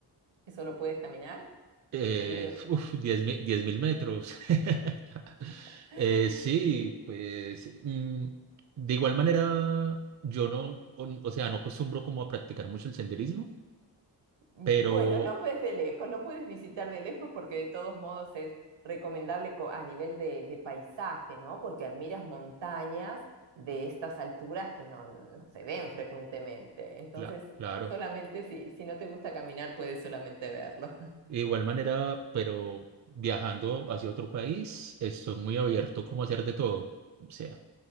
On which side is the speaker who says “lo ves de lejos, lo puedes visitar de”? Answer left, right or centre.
Right